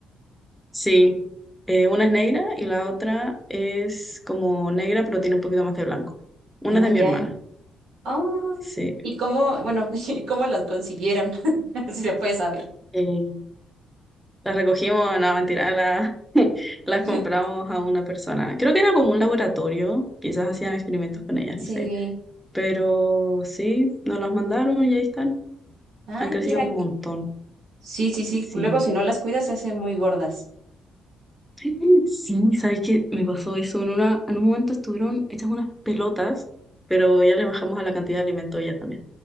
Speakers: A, in the centre; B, on the right.
A: Sí, eh, una es negra y la otra es como negra, pero tiene un poquito más de blanco. Una
B: Ah,
A: es de
B: ya.
A: mi hermana,
B: Ay,
A: sí.
B: ¿y cómo, bueno, <laughs> y cómo las consiguieron? <laughs> Si se puede saber.
A: Eh, las recogimos, no, mentira, la- <laughs> las
B: <laughs>
A: compramos a una persona. Creo que era como un laboratorio, quizás hacían experimentos con ellas,
B: Sí.
A: no sé. Pero sí, nos las mandaron y ahí están.
B: Ay,
A: Han crecido
B: mira.
A: un montón,
B: Sí, sí, sí.
A: sí.
B: Luego, si no las cuidas, se hacen muy gordas.
A: <gasps> Sí, ¿sabes qué? Me pasó eso. En una, en un momento estuvieron hechas unas pelotas, pero ya le bajamos a la cantidad de alimento ellas también.